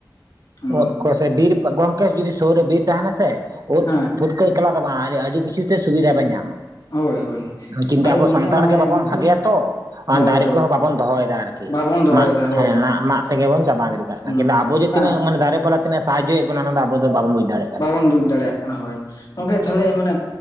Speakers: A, on the left; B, on the right.
A: ᱦᱩᱸ
B: ᱩᱫ ᱠᱚ ᱥᱮ ᱵᱤᱨ ᱜᱚᱝᱠᱮ ᱡᱩᱫᱤ ᱥᱩᱨ ᱨᱮ ᱵᱤᱨ ᱛᱟᱦᱮᱱᱟ ᱥᱮ ᱩᱫ
A: ᱦᱮᱸ
B: ᱯᱩᱴᱠᱟᱹ ᱮᱠᱞᱟ ᱫᱚ ᱵᱟᱝ ᱟᱹᱰᱤ ᱟᱹᱰᱤ ᱠᱤᱪᱷᱩ ᱛᱮ ᱥᱩᱵᱤᱫᱷᱟ ᱵᱮᱱ ᱧᱟᱢᱟ᱾
A: ᱦᱳᱭ ᱦᱳᱭ
B: ᱠᱤᱱᱛᱚ
A: ᱟᱫᱚ
B: ᱟᱵᱚ
A: ᱜᱚᱝᱠᱮ
B: ᱥᱟᱱᱛᱟᱲ
A: ᱢᱟᱱᱮ
B: ᱜᱮ ᱵᱟᱵᱚᱱ
A: ᱩᱱᱠᱩ
B: ᱵᱷᱟᱜᱮᱭᱟ ᱛᱚ ᱚᱸ
A: ᱦᱳᱭ
B: ᱫᱟᱨᱮ
A: ᱦᱳᱭ
B: ᱠᱚᱦᱚᱸ ᱵᱟᱵᱚᱱ ᱫᱚᱦᱚᱭᱫᱟ ᱟᱨ᱾ ᱠᱤ
A: ᱵᱟᱵᱚᱱ ᱫᱚᱦᱚᱭᱮᱫᱟ
B: ᱢᱟᱜ
A: ᱦᱳᱭ
B: ᱦᱮᱸ
A: ᱦᱳᱭ
B: ᱱᱟᱜ ᱢᱟᱜ᱾ ᱛᱮᱜᱮᱵᱚᱱ ᱪᱟᱵᱟ ᱜᱤᱰᱤ ᱠᱟᱜ ᱠᱟᱱ
A: ᱦᱩᱸ
B: ᱠᱤᱱᱛᱩ ᱟᱵᱚ ᱡᱮ ᱛᱤᱱᱟᱹᱜ
A: ᱟᱨ
B: ᱢᱟᱱᱮ ᱫᱟᱨᱮ ᱯᱟᱞᱟ ᱛᱤᱱᱟᱹᱜ ᱥᱟᱦᱚᱡᱚᱭᱮᱜ ᱵᱚᱱᱟ ᱚᱱᱟ ᱫᱚ ᱟᱵᱚ ᱫᱚ ᱵᱟᱵᱚᱱ ᱵᱩᱡ ᱫᱟᱲᱮᱜ ᱠᱟᱱᱟ᱾
A: ᱵᱩᱡᱽ ᱫᱟᱲᱮᱭᱟᱜ ᱠᱟᱱᱟ ᱦᱳᱭ᱾ ᱜᱚᱝᱠᱮ ᱛᱷᱟᱞᱮ ᱢᱟᱱᱮ